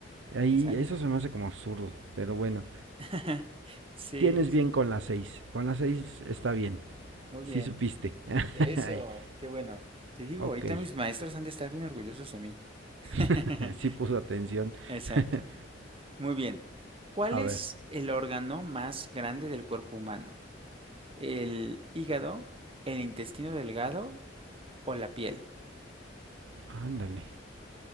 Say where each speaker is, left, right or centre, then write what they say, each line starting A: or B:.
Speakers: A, on the right; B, on the right.
A: Ahí
B: Exacto.
A: eso se me hace como absurdo, pero bueno.
B: <laughs> Sí,
A: Tienes
B: sí, sí.
A: bien con la seis. Con la seis está bien.
B: Muy
A: Sí
B: bien.
A: supiste. <laughs>
B: Eso, qué bueno. Te digo,
A: Ok.
B: ahorita mis maestros han de estar bien orgullosos de mí. <laughs>
A: <laughs> Sí puso atención.
B: Exacto.
A: <laughs>
B: Muy bien. ¿Cuál
A: A
B: es
A: ver,
B: el órgano más grande del cuerpo humano? ¿El hígado, el intestino delgado o la piel?
A: ándale.